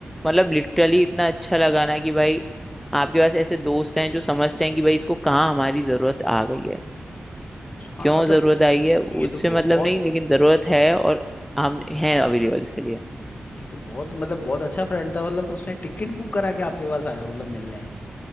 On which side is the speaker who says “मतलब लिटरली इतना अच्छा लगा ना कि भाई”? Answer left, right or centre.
Centre